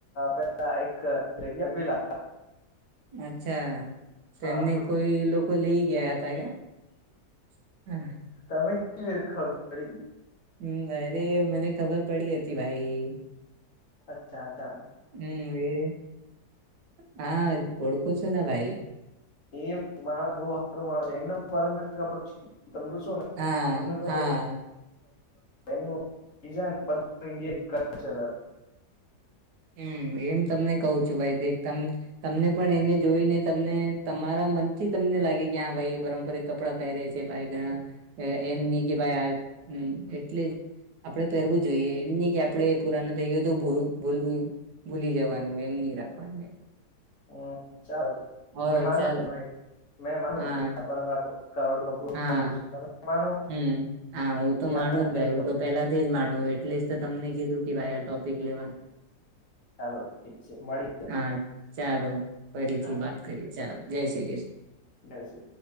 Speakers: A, on the left; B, on the right.
A: પેલા એક જગ્યાઉભેલા
B: અચ્છા તો
A: હા
B: એમને કોઈ લઈ ગયા હતા ક્યા હ
A: તમે કેખ પડી
B: હમ અરે મને ખબર પડી હતી ભાઈ
A: અચ્છાછા
B: હમ એ હા ઓળખું છું ને ભાઈ
A: એ માણસ બહ સારો માણસ છે એમનું પારંપરિક આપડું છે. તમર શું ને
B: હા
A: એમનું ખ
B: હા
A: નબરમ બ ઇન્ડ <unintelligible>
B: હમ એમ તમને કહું છું ભાઈ એકદમ તમને પણ એને જોઈને તમને તમારા મનથી તમને લાગે કે હા ભાઈ એ પરંપરા-' કપડા પહેરે છે ભાઈ ઘણા એમ નહ કે ભાઈ આ એટલે આપડે પહેરવું જોઈએ એમ નહ કે આપડે પુરાનો થઈ ગયો તો ભૂલવું ભૂલી જવાનું હોય એમ નહી રાખવાનું
A: હ ચાલ
B: હો
A: મે માનું
B: ચાલો
A: ભાઈ મેં માનું
B: હા
A: કેડું કપડું
B: હા
A: સારું છે. માનો
B: હમ હા હું
A: કે
B: તો માનું
A: આ
B: જ
A: જેની
B: ભાઈ હું
A: કપડું
B: તો પેલા જ માણવ એટલે તમને કીધું કે ભાઈ આ ટોપિક લેવાનું
A: ચાલો ઠીક છે મળી
B: હા ચાલો ફરીથી
A: હા
B: વાત કરીએ ચાલો જય શ્રી કૃષ્ણ
A: જસ